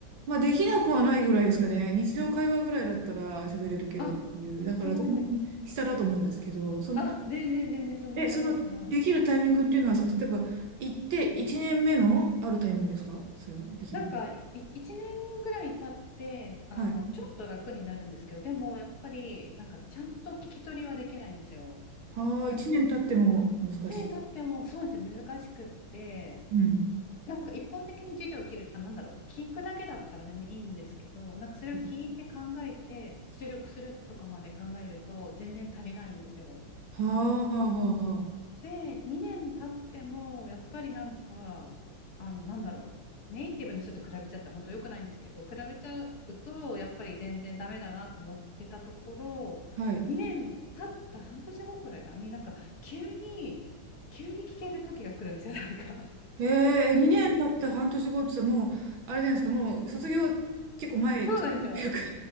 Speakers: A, on the right; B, on the left.
A: まあ、できなくはないぐらいですかね。日常会話ぐらいだったら喋れるけどっていう。
B: あ、
A: だから全然下だと思うんですけど、
B: すごい。
A: その、
B: あ、全然全然、そんなすごいすごい。
A: え、その、できるタイミングっていうのは、その、例えば、行って1年目のあるタイミングですかそれはできるの。
B: なんか、い1年ぐらい経って、あの、
A: はい。
B: ちょっと楽になるんですけど、でも、やっぱり、なんか、ちゃんと聞き取りはできないんですよ。
A: はあ、
B: なんか、
A: 1年経っても難しい。
B: 年経っても、そうなんですよ、難しくって、
A: うん。
B: なんか、一方的に授業を受ける、あ、なんだろう、聞くだけだったら全然いいんですけど、なんか、それを聞いて考えて、
A: は
B: 出力するとかまで考えると、全然足りないんですよ。
A: あ、はあ、はあ、は
B: で、2年経っても、やっぱりなんか、あの、なんだろう、ネイティブの人と比べちゃったら本当良くないんですけど、比べちゃうと、やっぱり全然ダメだなと思ってたところ、
A: あ。はい。
B: 2年経った半年後くらいからに、なんか、急に、急に聞ける時が来るんですよ、なんか。
A: ええ、2年経った半年後ってさもう、あれじゃないですか、もう卒業結構前、
B: <laughs> そうなんですよ。
A: 直前っていうか。